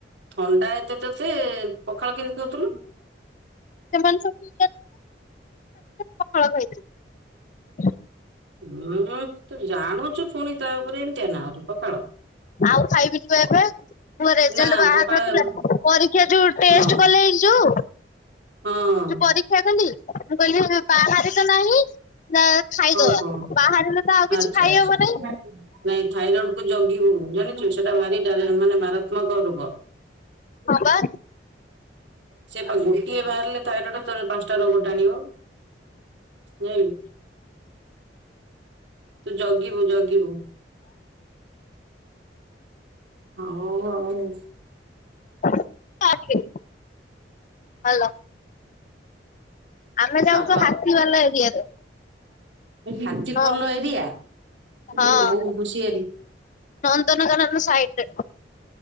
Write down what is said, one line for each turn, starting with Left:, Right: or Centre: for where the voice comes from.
Right: ଥଣ୍ଡା ଏତେ ତତେ ପଖାଳ କେମତି ଖାଉଥୁଲୁ?
Left: ସେମାନେ ସବୁ ପଖାଳ <unintelligible>
Right: ହୁଁ ତୁ ଜାଣୁ ଚୁ ଫୁଣି ତା ଓପରେ ଏମିତିଆ ନାଁ ଆଉରି। ପଖାଳ।
Left: ଆଉ ଖାଇବିନି ବା ଏବେ ମୋ ରେଜଲ୍ଟ
Right: ନା
Left: ବାହାର
Right: ପଖାଳ
Left: ନଥୁଲା
Right: ହଁ
Left: ପରୀକ୍ଷା ଯୋଉ ଟେଷ୍ଟ
Right: ହଁ
Left: କଲେ ଏଇଯୋଉ
Right: ହଁ
Left: ଯୋଉ ପରୀକ୍ଷା ଦେଲି ମୁଁ କହିଲି ବାହାରେ ତ ନାହିଁ ନା ଖାଇଦବା
Right: ଓହୋ
Left: ବାହାରିଲେ ତ ଆଉ କିଛି
Right: ଆଚ୍ଛା
Left: ଖାଇହବ
Right: ଆଚ୍ଛା
Left: ନାହିଁ
Right: ନାଇଁ ଥାଇରଏଡକୁ ଜଗିବୁ ଜାଣିଚୁ ସେଟା ଭାରି ଡା ତା ମାନେ ମାରା ତ୍ମକ ରୋଗ।
Left: ହଁ ବା
Right: ସେ ପା ଗୋଟିଏ ବାହାରିଲେ ତାଇରଏଡ଼ ତୋର ପାଁଶ୍ ତାରବୁଟାଣିବ ଜାଇଁଲୁ। ତୁ ଜଗିବୁ ଜଗିବୁ। ହଉ ଆଉ।
Left: <inaudible> ହାଲ ଆମେ ଯାଉଛୁ
Right: କହ
Left: ହାତୀ ବାଲା ଏରିଆରେ।
Right: ହାତୀ
Left: ହଁ
Right: ପଲ ଏରିଆ
Left: ହଁ
Right: ଏ ବୋଉ ହୁସିଆରି।
Left: ନନ୍ଦନକାନନ ର ସାଇଟ ରେ।